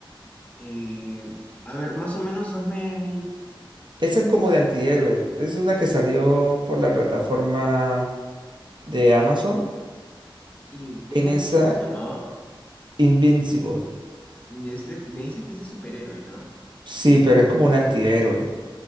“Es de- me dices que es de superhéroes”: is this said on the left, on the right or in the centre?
Left